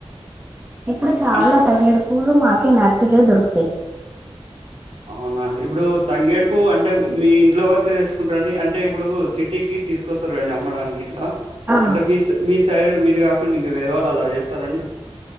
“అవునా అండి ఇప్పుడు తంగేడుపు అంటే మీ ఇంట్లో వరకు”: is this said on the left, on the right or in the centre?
Right